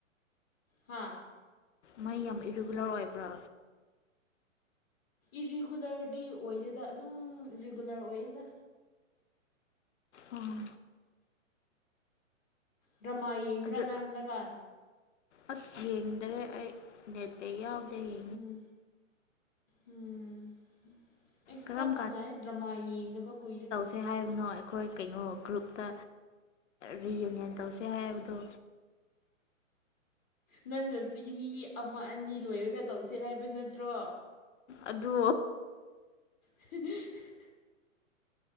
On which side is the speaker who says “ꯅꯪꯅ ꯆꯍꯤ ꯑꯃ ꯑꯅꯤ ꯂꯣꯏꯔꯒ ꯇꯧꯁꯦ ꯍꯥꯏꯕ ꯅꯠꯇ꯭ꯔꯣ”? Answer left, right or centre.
Centre